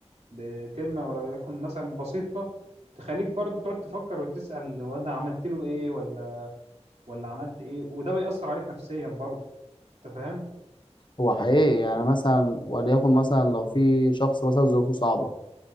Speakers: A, on the right (about 75°); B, on the left (about 45°).
A: بكلمة ولو يكن مثلا بسيطة تخليك برضه تقعد تفكر وتسأل هو انا عملت له ايه ولا ولا عملت ايه وده بيأثر عليك نفسيا برضه انت فاهم
B: هو حقيقي يعني مثلا وليكن مثلا لو في شخص مثلا ظروفه صعبة